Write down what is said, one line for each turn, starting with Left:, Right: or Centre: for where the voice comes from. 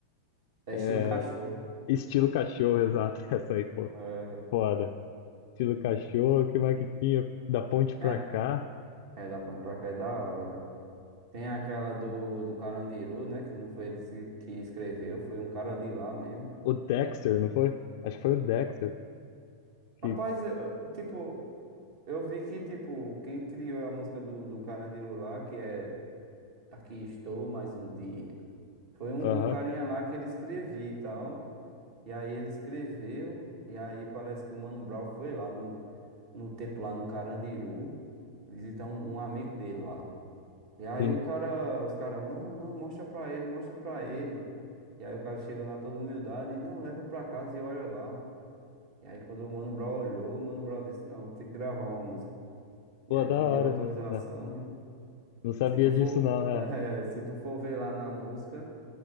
Right: É
Left: É,
Right: estilo cachorro.
Left: estilo cachorro, exato. <laughs> Essa aí, pô,
Right: É.
Left: foda. Estilo cachorro, o que mais que tinha? Da ponte pra
Right: é.
Left: cá.
Right: É, da ponte pra cá é da hora. Tem aquela do, do Carandiru, né? Que não foi ele que que escreveu, foi um cara de lá mesmo.
Left: O Dexter, não foi? Acho que foi o Dexter que.
Right: Rapaz, eu- eu- tipo, eu vi que, tipo, quem criou a música do, do Carandiru lá, que é Aqui Estou Mais Um Dia, foi um,
Left: Aham,
Right: um carinha lá que ele escrevia e tal. E aí ele escreveu, e aí parece que o Mano Brown foi lá no, no tempo lá no Carandiru, visitar um, um amigo dele lá. E aí
Left: sim.
Right: o cara, os caras, não, não, mostra pra ele, mostra pra ele. E aí o cara chegou na toda humildade, não, leva pra casa e olha lá. E aí quando o Mano Brown olhou, o Mano Brown disse, não, vou ter que gravar uma música. E
Left: Pô,
Right: aí
Left: da
Right: pediu
Left: hora.
Right: autorização
Left: Não, não
Right: e
Left: não sabia
Right: se tu for,
Left: disso, não,
Right: <laughs>
Left: é.
Right: eh, se tu for ver lá na música,